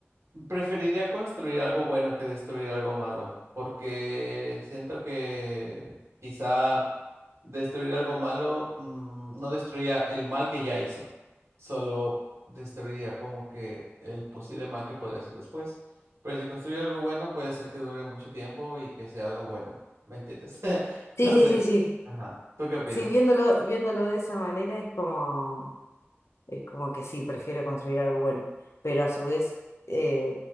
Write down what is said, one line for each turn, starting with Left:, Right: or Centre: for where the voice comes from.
Right: Preferiría construir algo bueno que destruir algo malo, porque siento que quizá destruir algo malo mm, no destruía el mal que ya hizo, solo destruiría como que el posible mal que podría hacer después. Pero si construye algo bueno, puede ser que dure mucho tiempo y que sea algo bueno, ¿me entiendes? <laughs>
Left: Sí,
Right: No
Left: sí,
Right: sé.
Left: sí, sí.
Right: Ajá. ¿Tú qué opinas?
Left: Sí, viéndolo, viéndolo de esa manera es como Es como que sí, prefiero construir algo bueno. Pero a su vez, eh,